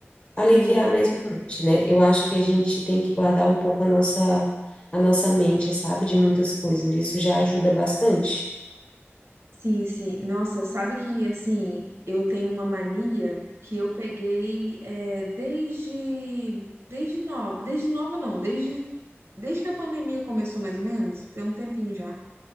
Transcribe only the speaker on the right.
Sim,
sim, sim. Nossa, sabe que assim, eu tenho uma mania que eu peguei é, desde desde nova, desde nova não, desde desde que a pandemia começou mais ou menos, tem um tempinho já.